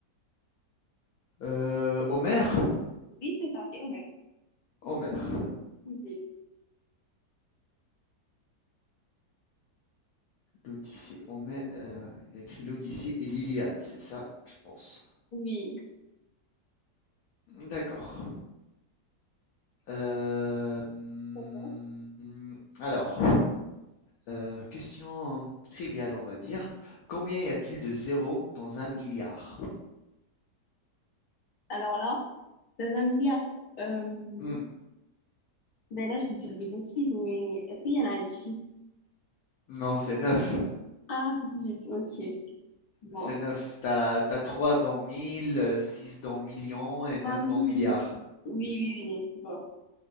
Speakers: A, on the left; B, on the left.
A: Euh, Homère,
B: Oui, c'est ça, c'est Homer.
A: Homère,
B: Oui.
A: l'Odyssée. Homère, euh, il a écrit l'Odyssée et l'Iliade, c'est ça, je pense.
B: Oui.
A: D'accord. Euh, hmm,
B: D'accord.
A: alors, euh, question triviale, on va dire. Combien y a-t-il de zéros dans un milliard?
B: Alors là, dans un milliard, euh,
A: Hmm,
B: ben là, je vais dire des bêtises, mais est-ce qu'il y en a dix
A: non, c'est 9.
B: Ah, 18, ok. Bon.
A: C'est neuf. T'as, t'as 3 dans 1000, 6 dans millions et neuf
B: Ah oui.
A: dans milliards.
B: Oui, oui, oui. Bon,